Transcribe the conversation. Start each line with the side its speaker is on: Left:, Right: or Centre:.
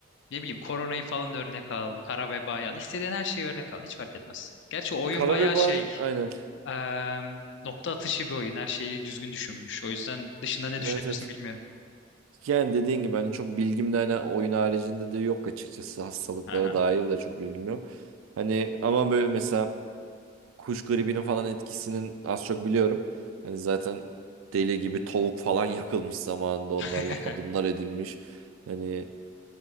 Left: ne bileyim koronayı falan örnek al, kara vebayı al. İstediğin her şeyi örnek al. Hiç fark etmez. Gerçi o oyun
Right: Kara
Left: bayağı
Right: ve Boğa'nın
Left: şey,
Right: aynen.
Left: eee, nokta atışı bir oyun. Her şeyi düzgün düşünmüş. O yüzden dışında ne
Right: Evet
Left: düşünebilirsin
Right: evet.
Left: bilmiyorum.
Right: Yani dediğin gibi hani çok bilgim de hani oyun haricinde de yok açıkçası hastalıklara
Left: Aha.
Right: dair de çok bilgim yok. Hani ama böyle mesela kuş gribinin falan etkisinin az çok biliyorum. Hani zaten deli gibi tavuk falan <laughs> yakılmış zamanında onlarla
Left: <laughs>
Right: hadımlar edilmiş. Hani